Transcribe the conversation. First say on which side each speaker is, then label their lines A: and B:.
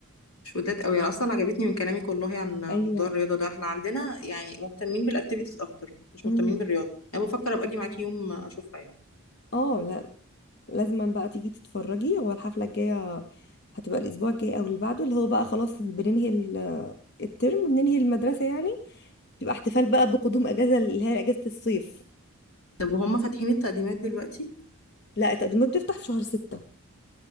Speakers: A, on the left; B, on the left.
A: مش وداد قوي انا اصلا عجبتني من كلامك والله عن
B: أيوة
A: موضوع الرياضه ده احنا عندنا يعني مهتمين بالاكتيفيتيز اكتر مش
B: أمم.
A: مهتمين بالرياضه انا بفكر ابقى اجي معاكي يوم اشوفها يعني
B: اه لا لازما بقى تيجي تتفرجي هو الحفلة الجاية هتبقى الأسبوع الجاي أو اللي بعده اللي هو بقى خلاص بننهي ال- الترم وبننهي المدرسة يعني تبقى احتفال بقى بقدوم أجازة اللي هي أجازة الصيف
A: طب وهم فاتحين التقديمات دلوقتي
B: لا التقديمات بتفتح في شهر ستة